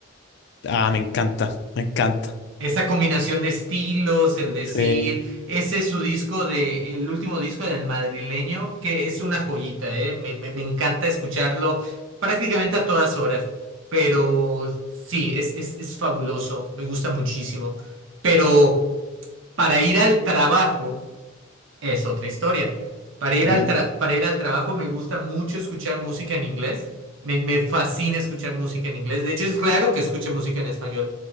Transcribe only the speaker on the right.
Esa combinación de estilos, el decir,
ese es su disco de, el último disco del madrileño, que es una joyita, ¿eh? Me, me- me encanta escucharlo prácticamente a todas horas, pero sí, es, es, es fabuloso, me gusta muchísimo. Pero para ir al trabajo es otra historia. Para ir
al tra- para ir al trabajo me gusta mucho escuchar música en inglés. Me, me fascina escuchar música en inglés. De hecho, es raro que escuche música en español.